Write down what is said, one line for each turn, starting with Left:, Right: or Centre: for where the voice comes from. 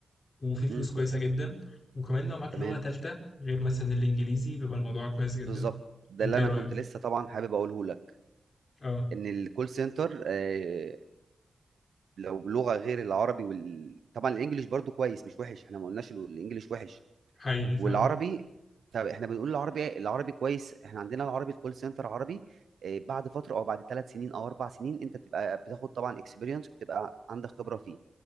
Left: وفي فلوس
Right: امم
Left: كويسة جدا وكمان لو معاك
Right: تمام
Left: لغة تالتة غير مثلا الإنجليزي بيبقى الموضوع كويس جدا
Right: بالظبط ده
Left: أنت
Right: اللي
Left: إيه
Right: انا
Left: رأيك؟
Right: كنت لسه طبعا حابب اقوله لك
Left: اه
Right: ان الكول سنتر آه، لو لغة غير العربي وال... طبعا الانجليش برضو كويس مش وحش احنا ما قلناش الو- الانجليش وحش
Left: حقيقي فعلا
Right: والعربي طب احنا بنقول العربي العربي كويس احنا عندنا العربي الكول سنتر عربي آه، بعد فتره او بعد ثلاث سنين او اربع سنين انت بتبقى بتاخد طبعا اكسبيرينس وبتبقى عندك خبره فيه